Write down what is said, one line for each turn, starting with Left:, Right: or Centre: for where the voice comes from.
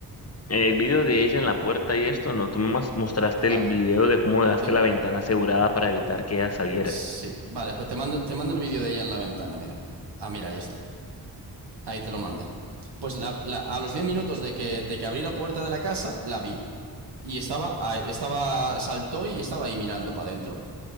Left: El video de ella en la puerta y esto, no, tú me mas- mostraste
Right: Vale.
Left: el video de cómo dejaste
Right: te ma-
Left: la ventana asegurada para evitar que ella saliera.
Right: Sí, vale, pues te mando, te mando el vídeo de ella en la ventana, mira. Ah, mira, ahí está. Ahí te lo mandé. Pues la- la- a los 10 minutos de que, de que abrí la puerta de la casa, la vi. Y estaba, ah, estaba, saltó y estaba ahí mirando para adentro.